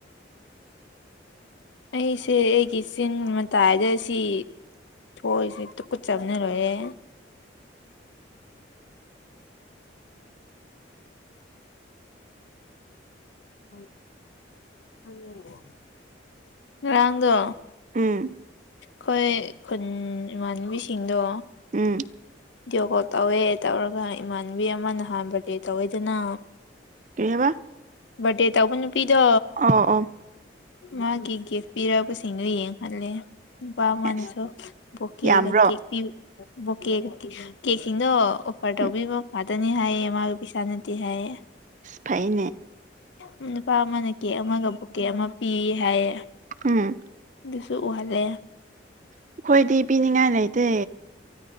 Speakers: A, on the left; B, on the right.
A: ꯑꯩꯁꯦ ꯑꯩꯒꯤ ꯆꯤꯟ ꯃꯇꯥꯏꯗ ꯁꯤ ꯊꯣꯛꯏꯁꯦ ꯇꯨꯀꯨꯠꯆꯕꯅ ꯂꯣꯏꯔꯦ ꯎꯝ ꯍꯌꯦꯡ ꯕꯣ ꯉꯔꯥꯥꯡ ꯗꯣ
B: ꯎꯝ
A: ꯈꯣꯏ ꯈꯨꯟ ꯏꯃꯥꯟꯅꯕꯤ ꯁꯤꯡꯗꯣ
B: ꯎꯝ
A: ꯚꯤꯗꯤꯑꯣ ꯀꯣꯜ ꯇꯧꯋꯦ ꯇꯧꯔꯒ ꯏꯃꯥꯟꯅꯕꯤ ꯑꯃ ꯅꯍꯥꯟ ꯕꯔꯗꯦ ꯇꯧꯋꯦꯗꯅ
B: ꯀꯩ ꯍꯥꯏꯕ
A: ꯕꯔꯗꯦ ꯇꯧꯕ ꯅꯨꯄꯤꯗꯣ
B: ꯑꯧ ꯑꯧ
A: ꯃꯥꯒꯤ ꯒꯤꯐ ꯄꯤꯔꯛꯄ ꯁꯤꯡꯗꯨ ꯌꯦꯡ ꯍꯜꯂꯦ ꯅꯨꯄꯥ ꯑꯃꯅꯥꯁꯨ
B: ꯑꯁ
A: ꯕꯣꯀꯦꯒ
B: ꯌꯥꯝꯕ꯭ꯔꯣ
A: ꯀꯦꯛ ꯄꯤ ꯕꯣꯀꯦꯒ ꯀꯦ ꯀꯦꯛꯁꯤꯡꯗꯣ ꯑꯣꯐꯔ ꯇꯧꯕꯤꯕ
B: ꯎꯝ
A: ꯉꯥꯛꯇꯥꯅꯤ ꯍꯥꯏꯌꯦ ꯃꯥꯒ ꯄꯩꯁꯥ ꯅꯠꯇꯦ ꯍꯥꯏꯌꯦ
B: ꯏꯁ ꯐꯩꯅꯦ
A: ꯎꯝ ꯅꯨꯄꯥ ꯑꯃꯅ ꯀꯦꯛ ꯑꯃꯒ ꯕꯨꯀꯦ ꯑꯃ ꯄꯤ ꯍꯥꯏꯌꯦ
B: ꯎꯝ
A: ꯑꯗꯨꯁꯨ ꯎꯍꯜꯂꯦ
B: ꯑꯩꯈꯣꯏꯗꯤ ꯄꯤꯅꯤꯡꯉꯥꯏ ꯂꯩꯇꯦ